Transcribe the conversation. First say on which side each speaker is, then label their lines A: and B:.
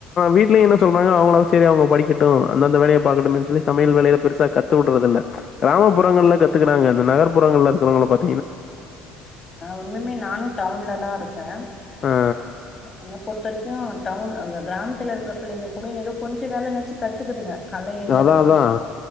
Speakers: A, on the left (about 35°); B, on the left (about 20°).
A: வீட்லயு என்ன சொல்றாங்க அவங்கள சரி அவங்க படிக்கட்டும் அந்தந்த வேலய பாக்கட்டுமேனு சொல்லி சமையல் வேலைய பெருசா கத்து விடுறதில்ல கிராமப்புறங்கள்ல
B: ம்
A: கத்துக்கிறாங்க இந்த நகர்ப்புறங்கள்ல இருக்கிறவங்க பாத்
B: ஒன்னுமே நானு டவுன்ல தா ருக்கே
A: அ
B: என்ன பொருத்த வரை க்கும் டவுன் அந்த கிராமத்துல இருக்கிற பிள்ளைங்க கூட ஏதோ கொஞ்ச வேலன்னாச்சு கத்துக்குதுங்க கால ஏஞ்சு
A: அதான்
B: அந்த பாச
A: அதான்.